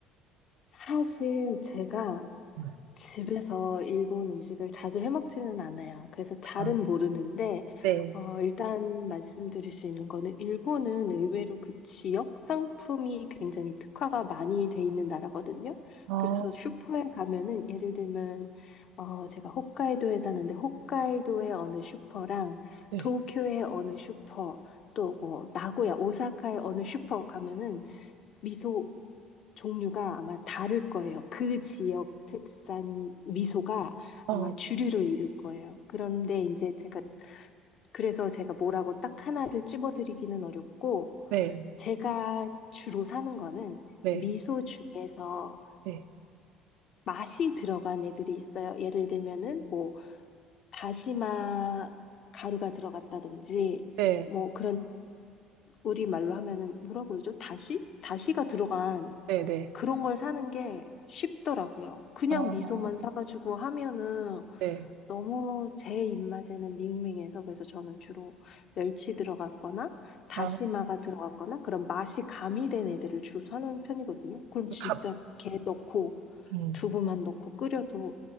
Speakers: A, on the left; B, on the right.
A: 사실 제가
B: 네.
A: 집에서 일본 음식을 자주 해먹지는 않아요. 그래서 잘은
B: 어,
A: 모르는데,
B: 네.
A: 어, 일단 말씀드릴 수 있는 거는 일본은 의외로 그 지역 상품이 굉장히 특화가 많이 돼 있는 나라거든요.
B: 아,
A: 그래서 슈퍼에 가면은 예를 들면, 어, 제가 홋카이도에 사는데 홋카이도의 어느 슈퍼랑
B: 네.
A: 도쿄의 어느 슈퍼, 또 뭐 나고야, 오사카의 어느 슈퍼 가면은 미소 종류가 아마 다를 거예요. 그 지역 특산 미소가
B: 어,
A: 아마 주류를 이룰 거예요. 그런데 이제 제가, 그래서 제가 뭐라고 딱 하나를 찝어드리기는 어렵고,
B: 네,
A: 제가 주로 사는 거는
B: 네,
A: 미소 중에서
B: 네,
A: 맛이 들어간 애들이 있어요. 예를 들면은 뭐, 다시마 가루가 들어갔다든지,
B: 네,
A: 뭐 그런, 우리말로 하면은 뭐라 그러죠? 다시? 다시가 들어간
B: 네, 네.
A: 그런 걸 사는 게 쉽더라고요. 그냥
B: 아,
A: 미소만 사가지고 하면은
B: 네.
A: 너무 제 입맛에는 밍밍해서 그래서 저는 주로 멸치 들어갔거나 다시마가
B: 아,
A: 들어갔거나 그런 맛이 가미된 애들을 주로 사는 편이거든요. 그럼
B: 좀
A: 진짜
B: 감,
A: 게 넣고
B: 음,
A: 두부만 넣고 끓여도